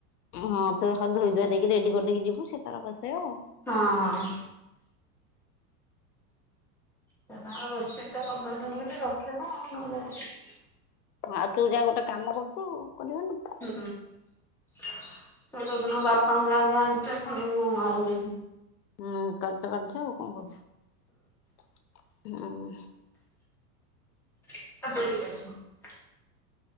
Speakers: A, on the left; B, in the centre.
A: ହଁ ତ ଧୋଇ ଧୁଆ ଦେଇକି ରେଡି କରିଦେଇକି ଯିବୁ ସେ ତାର କସେଇ ଆଉ।
B: ହଁ। ସେ ତାର ରୋଷେଇଟା କରିଦଉଛନ୍ତି ବୋଲି ରଖେ ନା ନହେଲେ।
A: ଆଉ ତୁ ଯା ଗୋଟେ କାମ କରୁଛୁ କରିବନି ହୁଁ
B: ହଁ। ସେ ଯୋଦିନ ବାପାଙ୍କୁ ଯାଆନ୍ତି ଆଣିଛେଣି ଆଉ
A: ହୁଁ କାଟଚ କାଟଛ ଆଉ କଣ କରିବ ହୁଁ
B: <unintelligible>